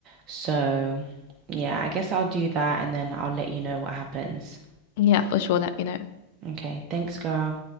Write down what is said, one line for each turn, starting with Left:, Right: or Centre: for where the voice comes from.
Right: So, yeah, I guess I'll do that and then I'll let you know what happens.
Left: Yeah, for sure. Let me know.
Right: Okay, thanks, girl.